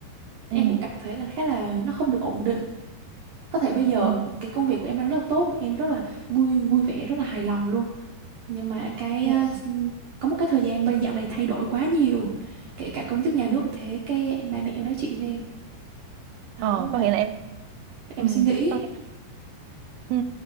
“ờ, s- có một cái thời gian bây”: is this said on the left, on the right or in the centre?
Right